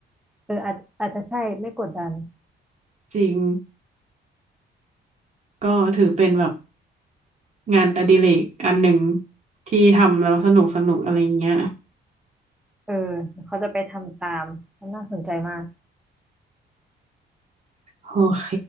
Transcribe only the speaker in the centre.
เอออาจอาจจะใช่ไม่กดดัน
เออเดี๋ยวเขาจะไปทำตามมันน่าสนใจมาก